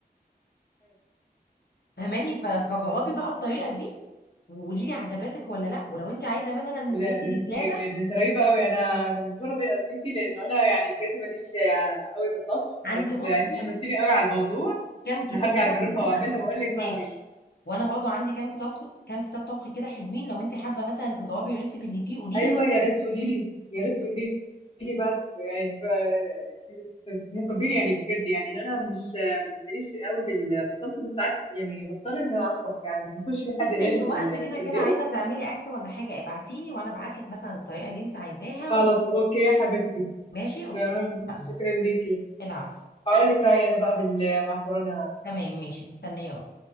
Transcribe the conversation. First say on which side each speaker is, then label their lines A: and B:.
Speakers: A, on the left; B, on the left.
A: فهماني ف- فجربي بقى الطريقه دي وقولي لي عجبتك ولا لا ولو انت عايزه مثلا
B: لا
A: ريسيبي
B: ده انت
A: زياده
B: ده انت رهيبه قوي انا انا مبهوره بي- بيكي لانه انا يعني بجد ماليش آه، قوي بالطبخ
A: عندي
B: بس
A: بصي
B: آه، انت حمستيني قوي على الموضوع
A: كام كتاب
B: انا هرجع اجربها
A: طبخ كده
B: واعملها واقول لك
A: ماشي
B: بقى رايي
A: وانا برضو عندي كام كتاب كام كتاب طبخ كده حلوين لو انت حابه مثلا تجاوبي الريسيبي اللي فيه قولي
B: ايوه
A: لي
B: يا ريت تقولي لي يا ريت تقولي لي بقى يعني ت- ت- تنقذيني يعني بجد يعني ان انا مش آه، ماليش قوي بال- بالطبخ بس ساعات يعني بضطر اني اطبخ يعني ما بيكونش
A: <laughs>
B: في حد غيري
A: في اي
B: بال-
A: وقت كده
B: في
A: كده
B: البيت
A: عايزه تعملي اكل ولا حاجه ابعتي لي وانا ابعت لك مثلا الطريقه اللي انت عايزاها
B: خلاص
A: و...
B: اوكي يا حبيبتي
A: ماشي اوكي
B: تمام
A: اتفقنا.
B: شكرا ليكي
A: العفو
B: هقول لك رايي انا بقى بالمعكرونه
A: تمام ماشي مستنيه بقى